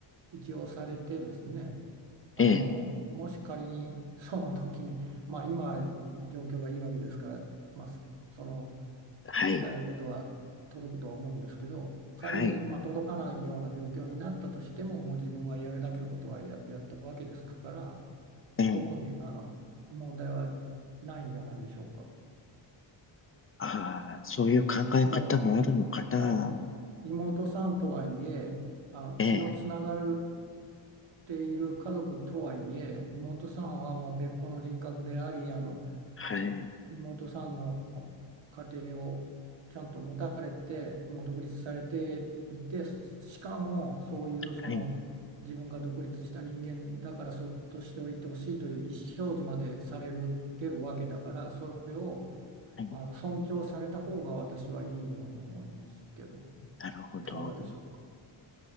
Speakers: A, on the right; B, on the left.
A: 一応されてですね、あの、
B: ええ、
A: もし仮にその時に、まあ、今、状況がいいわけですから、まあ、その、
B: はい。
A: 伝えることは届くとは思うんですけど仮にまあ届かないような状況になったとしてももう自分はやるだけのことはや、
B: はい。
A: やったわけですから
B: ええ
A: 特にあの問題はないんじゃないでしょうか。
B: ああ、そういう考え方もあるのかな。
A: もうあの、はい、妹さんとはいえあの血のつながるっ
B: ええ、
A: ている家族とはいえ妹さんはもう別個の人格でありあの
B: はい、
A: 妹さんの家庭をちゃんと持たれて、もう独立されていて、しかもそういうその自分が独立した人間だからそっとしておいてほしいという意思表示までされる、
B: はい、
A: てるわけだから、それを
B: はい。
A: あの尊重された方が私はいいように思いますけど、
B: なるほど。
A: いかがでしょうか。